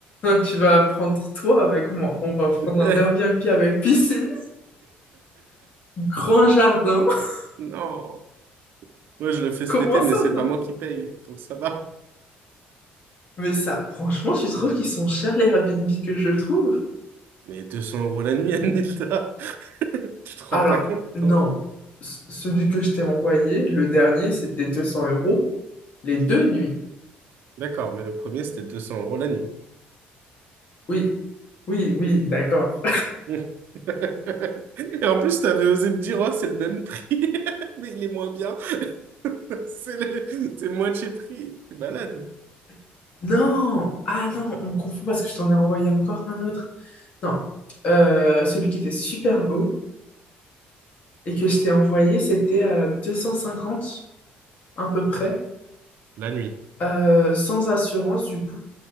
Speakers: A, on the left (about 40°); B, on the right (about 60°).
A: Tu vas prendre toi avec moi. On va prendre
B: <laughs>
A: un Airbnb avec piscine, grand jardin. <laughs>
B: Non, moi je le fais
A: Comment
B: cet été, mais
A: ça,
B: c'est
A: non?
B: pas moi qui paye, donc ça va.
A: Mais ça, franchement, tu trouves qu'ils sont chers les Airbnb que je trouve?
B: Mais 200 euros la nuit, <laughs> Anilda, tu te rends
A: Alors,
B: pas compte,
A: non.
B: toi?
A: C- Celui que je t'ai envoyé, le dernier, c'était 200 euros les deux nuits.
B: D'accord, mais le premier, c'était 200 euros la nuit.
A: Oui, Oui, oui, d'accord.
B: <laughs> Et en plus, t'avais osé me dire, oh, c'est le même prix, <laughs> mais il est moins bien. <laughs> C'est le... c'est le moitié prix. T'es malade.
A: <laughs> Non! Ah non, on confond parce que je t'en ai envoyé encore un autre. Non. Euh, celui qui était super beau et que je t'ai envoyé, c'était à 250, à peu près,
B: La nuit.
A: euh, sans assurance du coup.